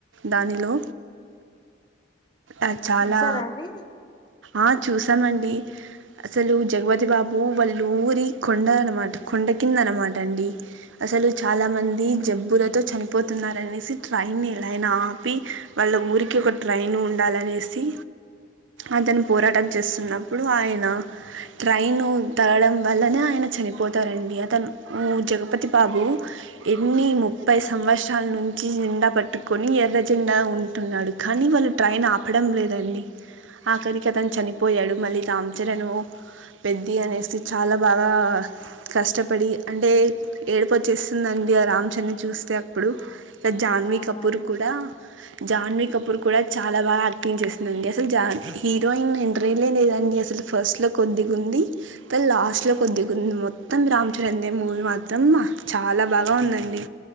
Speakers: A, on the right; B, on the left.
A: దానిలో ఆ చాలా
B: చూసారా అండి
A: ఆ చూసామండి అసలు జగపతి బాబు వాళ్ళు ఊరి కొండ అనమాట కొండ కింద ర మాట అండి
B: హ్మ్.
A: అసలు చాలా మంది జబ్బులతో చనిపోతున్నారనేసి ట్రైన్ని ఎలా అయినా ఆపి వాళ్ళ ఊరికి ఒక ట్రైన్ ఉండాలని నేసి అతను పోరాటం చేస్తున్నప్పుడు ఆయన ట్రైను తాళం వల్లన ఆయన చనిపోతారండి అతను ఉ జగపతిబాబు ఎన్ని ముప్పై సం వత్సరాలా నుంచి జెండా పట్టుకొని ఎర్ర జెండా ఉంటున్నాడు. కానీ వాళ్ళు ట్రైన్ ఆ ప్పడం లేదండి ఆఖరికి అతను
B: హ్మ్.
A: చనిపోయాడు మళ్ళీ రాంచరణు పెద్ది అనేసి చాలా బాగా కష్టపడి అంటే ఏడుపు వచ్చేస్తుందం డి ఆ రామ్చరణ్ న్ని చూస్తే అప్పుడు జాన్వీ
B: అవునండి
A: కపూర్ కూడా జాన్వీ కపూర్ కూడా చాలా బాగా యా క్టింగ్ చేసిందండి. అసలు జా హీరోయిన్ ఎంట్రీనే లేదండి అసలు ఫస్ట్ లో కొద్దిగా ఉంది. త లాస్ట్ లో కొద్ది మ్ మొత్తం రామ్ చరణ్ దే మూవీ మాత్రం చాలా బాగా ఉందండి.